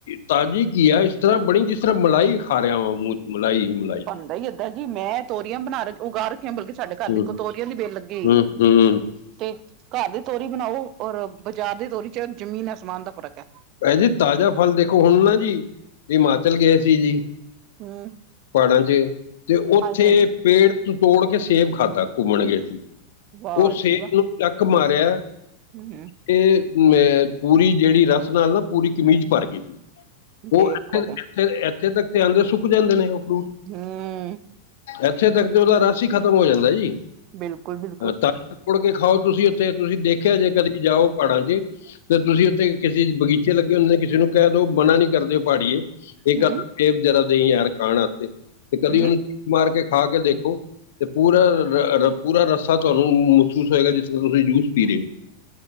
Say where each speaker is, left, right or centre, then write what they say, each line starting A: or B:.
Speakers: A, on the left; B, on the right.
A: ਤਾਜ਼ੀ ਘੀਆ ਇਸ ਬਣੀ ਜਿਸ ਮਲਾਈ ਖਾ ਰਿਆ ਵਾ ਮੂੰਹ ਮਲਾਈ। ਮਲਾਈ
B: ਬਣਦਾ ਈ ਏਦਾਂ ਜੀ ਮੈਂ ਤੋਰੀਆਂ ਬਣਾ ਰ ਉਗਾ ਰਖਿਆ ਬਲਕਿ ਸਾਡੇ
A: ਹੂੰ
B: ਕਾਰ ਦੀ ਕਤੋਰੀਆਂ ਦੀ ਬੇਲ ਲੱਗੀ ਹੋਈ
A: ਹੂੰ
B: ਏ।
A: ਹੂੰ
B: ਤੇ ਕਾਰ ਤੋਰੀ ਬਣਾਓ ਔਰ ਬਾਜ਼ਾਰ ਦੀ ਤੋਰੀ ਚ ਜ਼ਮੀਨ ਆਸਮਾਨ ਦਾ ਫ਼ਰਕ ਐ।
A: ਇਹ ਜੀ ਤਾਜ਼ਾ ਫਲ ਦੇਖੋ ਹੁਣ ਨਾ ਜੀ, ਹਿਮਾਚਲ ਗਏ ਸੀ ਜੀ।
B: ਹੂੰ।
A: ਪਾੜਾਂ ਚ ਤੇ ਉੱਥੇ
B: ਹਾਂਜੀ ਹਾਂਜੀ
A: ਪੇੜ ਤੋਂ ਤੋੜ ਕੇ ਸੇਬ ਖਾਧਾ ਘੁੰਮਣ ਗਏ ਸੀ।
B: ਵਾਹ
A: ਓ ਸੇਬ
B: ਜੀ ਵਾਹ
A: ਨੂੰ ਟੱਕ ਮਾਰਿਆ
B: <unintelligible>
A: ਤੇ ਮੈਂ ਪੂਰੀ ਜੇੜੀ ਰਸ ਨਾਲ ਨਾ ਪੂਰੀ ਕਮੀਜ਼ ਭਰ ਗਈ ਸੀ।
B: ਦੇਖੋ
A: ਉਹੇ ਐਥੇ-ਐਥੇ,
B: ਹੂੰ
A: ਐਥੇ ਤੱਕ ਤੇ ਆਦੇ ਸੁੱਕ ਜਾਂਦੇ ਨੇ ਓ ਫਰੂਟ।
B: ਹੂੰ।
A: ਐਥੇ ਤੱਕ ਤੇ ਓਦਾ ਰਸ ਈ ਖਤਮ ਹੋ ਜਾਂਦਾ ਜੀ,
B: ਬਿਲਕੁਲ ਬਿਲਕੁਲ
A: ਤਾਂ ਤੋੜ ਕੇ ਖਾਓ ਤੁਸੀਂ ਉੱਥੇ ਤੁਸੀਂ ਦੇਖਿਆ ਜੇ ਕਦੀ ਜਾਓ ਪਾੜਾ ਚ। ਤੇ ਤੁਸੀਂ ਉੱਥੇ ਕਿਸੇ ਬਗੀਚੇ ਲੱਗੇ ਹੁੰਦੇ ਨੇ ਕਿਸੇ ਨੂੰ ਕੈ ਦੋ ਮਨਾ ਨੀ ਕਰਦੇ ਹੋ ਪਹਾੜੀਏ। ਏਕ
B: ਹੂੰ
A: ਅ ਸੇਬ ਜ਼ਰਾ ਦੇਈ ਯਾਰ ਖਾਣ ਵਾਸਤੇ ਤੇ ਕਦੀ
B: ਹੂੰ
A: ਉਹਨੂੰ ਚ <inaudible> ਮਾਰ ਕੇ ਖਾ ਕੇ ਦੇਖੋ। ਤੇ ਪੂਰਾ-ਪੂਰਾ ਰੱਸਾ ਤੁਹਾਨੂੰ ਮਹਿਸੂਸ ਹੋਏਗਾ ਜਿਸਨ ਤੁਸੀਂ ਜੂਸ ਪੀ ਰਹੇ ਔ।